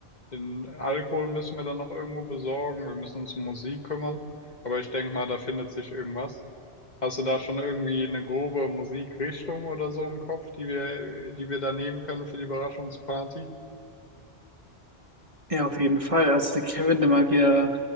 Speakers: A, on the left; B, on the right.
A: Den Alkohol müssen wir dann noch irgendwo besorgen. Wir müssen uns um Musik kümmern. Aber ich denke mal, da findet sich irgendwas. Hast du da schon irgendwie eine grobe Musikrichtung oder so im Kopf, die wir, die wir da nehmen können für die Überraschungsparty?
B: Ja, auf jeden Fall. Also der Kevin, der mag ja